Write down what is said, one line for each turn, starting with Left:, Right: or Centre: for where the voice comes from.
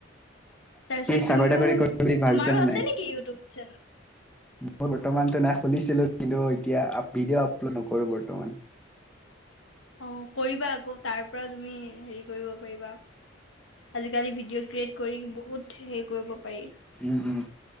Left: তাৰপিছত
Centre: চাকৰি
Left: তুমিও,
Centre: তাকৰি কৰিম বুলি ভাবিছানে
Left: তোমাৰো আছে নেকি ইউটুব চেনেল?
Centre: মই বৰ্তমানতো নাই। খুলিছিলো, কিন্তু এতিয়া আপি ভিডিঅ' আপলোড নকৰো বৰ্তমান।
Left: অ' কৰিবা আকৌ তাৰ পৰা তুমি হেৰি কৰিব পাৰিবা। আজি-কালি ভিডিঅ' ক্ৰিয়েট কৰি বহুত সেই কৰিব পাৰি।
Centre: উম, উম।